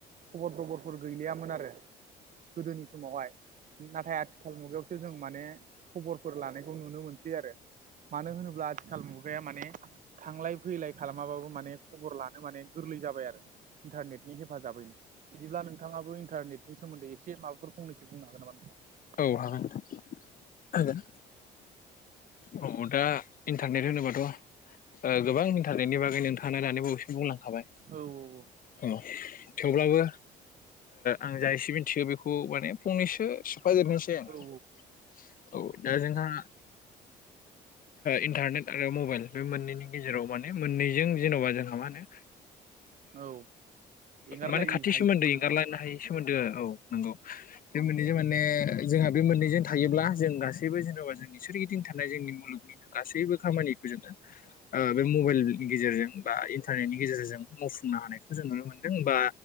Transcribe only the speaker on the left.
औ हागोने होगोन औ दा इन्टारनेट होनोबाथ' गोबां मिन्टारेटनि बागै नोंथाङा दानि बबेसम बुंलांखाबाय
अ थेवब्लाबो आं जाय एसे मिथियो बेखौ माने फंनैसो सोफाजोबनोसै आङो
औ दायजोंखा इन्टारनेट आरो मबाइल बे मोननैनि गेजेराव माने मोननैजों जेन'बा जोंहा मा होनो
माने खाथि
सोमोन्दो एंगारलायानो
हायि सोमोन्दो औ नंगौ बे मोननैजों माने जोंहा बे मोननैजों थायोब्ला जों गासैबो जेन'बा जोंनि सोर गिदिं थानाय जोंनि मुलुगनिनो गासैबो खामानिखौ जोङो बे मबाइलनि गेजेरजों बा इन्टारनेटनि गेजेरजों मावफुंनो हानायखौ जों नुनो मोनदों बा